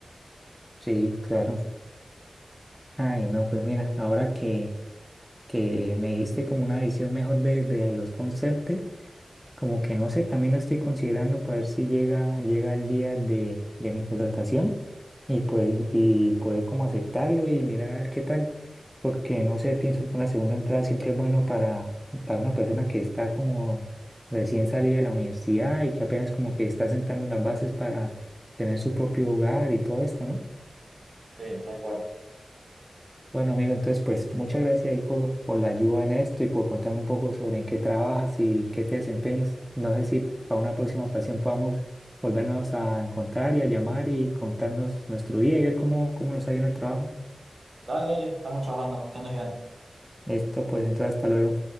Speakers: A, in the centre; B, on the right.
A: Sí, claro. Ay, no, pues mira, ahora que, que me diste como una visión mejor de, de los conceptos Como que no sé, también lo estoy considerando para ver si llega, llega el día de, de mi contratación y pues y poder como aceptarlo y mirar a ver qué tal, porque no sé, pienso que una segunda entrada siempre es bueno para, para una persona que está como recién salida de la universidad y que apenas como que está sentando las bases para tener su propio hogar y todo esto, ¿no?
B: Sí, tal cual.
A: Bueno, amigo, entonces, pues muchas gracias ahí por, por la ayuda en esto y por contarme un poco sobre en qué trabajas y qué te desempeñas. No sé si para una próxima ocasión podamos volvernos a encontrar y a llamar y contarnos nuestro día y ver cómo, cómo nos ha ido en el trabajo.
B: Dale, dale, estamos charlando, que andes bien.
A: Listo, pues entonces, hasta luego.